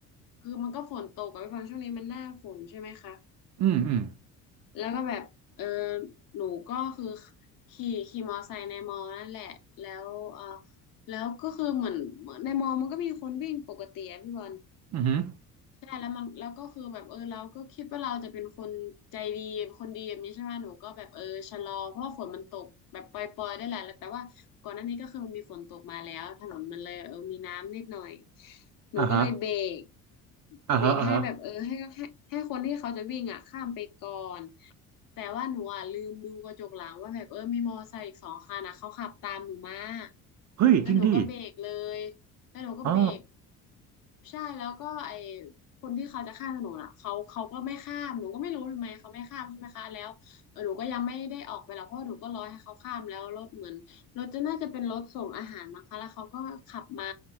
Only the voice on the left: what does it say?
คือมันก็ฝนตกกับพี่บอลช่วงนี้มันหน้าฝนใช่ไหมคะ
แล้วก็แบบเออหนูก็คือขี่ขี่มอไซค์ในมอนั่นแหละแล้วเออแล้วก็คือเหมือนเหมือนในมอมันก็มีคนวิ่งปกติอะพี่บอล
ใช่แล้วมันแล้วก็คือแบบเออเราก็คิดว่าเราจะเป็นคนใจดีคนดีแบบนี้ใช่ไหมหนูก็แบบเออชะลอเพราะว่าฝนมันตกแบบปล่อยๆได้แหละแต่ว่าก่อนหน้านี้ก็คือมันมีฝนตกมาแล้วถนนมันเลยเออมีน้ำนิดหน่อยหนูก็เลยเบรก
เบรกให้แบบเออให้ให้ให้คนที่เขาจะวิ่งอ่ะข้ามไปก่อนแต่ว่าหนูอ่ะลืมดูกระจกหลังว่าแบบเออมีมอไซค์อีกสองคันนะเขาขับตามหนูมา
แล้วหนูก็เบรกเลยแล้วหนูก็เบรก
ใช่แล้วก็ไอ คนที่เขาจะข้ามถนนอ่ะเขาเขาก็ไม่ข้ามหนูก็ไม่รู้ทำไมเขาไม่ข้ามใช่ไหมคะแล้วเออหนูก็ยังไม่ได้ออกไปหรอกเพราะว่าหนูก็รอให้เขาข้ามแล้วรถเหมือนรถจะน่าจะเป็นรถส่งอาหารมั้งคะแล้วเขาก็ขับมา